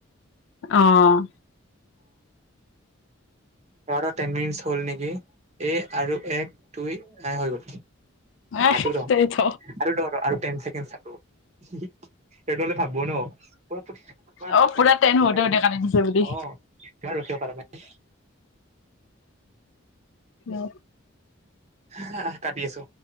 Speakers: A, on the left (about 65°); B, on the right (about 35°).
A: আহ।
B: ই টেন মিনিটছ হল নেকি এ আৰু এক দুই এ হৈ গ'ল
A: এ
B: কাটো ৰহ
A: তেই থ
B: আৰু আৰু ৰহ টেন ছেকেণ্ডত চাওঁ <inaudible> সেইটো হলে ভাবো ন পোৰা কাৰেক্ট
A: অ পুৰা টেন হওঁতে
B: কাটো
A: হওঁতে কাটি দিছে বুলি।
B: অ
A: উম
B: হ কাটি আছো